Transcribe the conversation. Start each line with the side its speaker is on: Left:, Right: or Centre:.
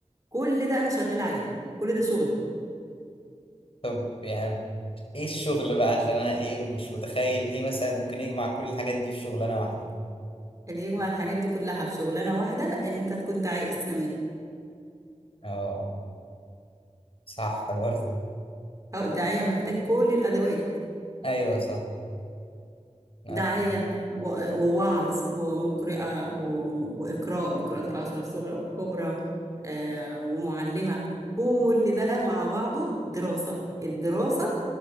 Right: كل ده أنا شغالة عليه كل ده شغلي
Left: طب يعني ايه الشغل بقى عشان أنا ايه مش متخيل ايه مثلا ممكن يجمع كل الحاجات دي في شغلانة واحدة
Right: اللي يجمع الحاجات دي كلها في شغلانة واحدة إن أنت تكون داعية إسلامية
Left: اه صح برضه
Right: أو الداعية محتاج كل الأدوات
Left: أيوه صح أنا
Right: داعية
Left: ف-
Right: و- ووعظ ومقرئة و- وإقراء بقراءة العشرة الصغرى والكبرى آه، ومعلمة كل ده مع بعضه دراسة الدراسة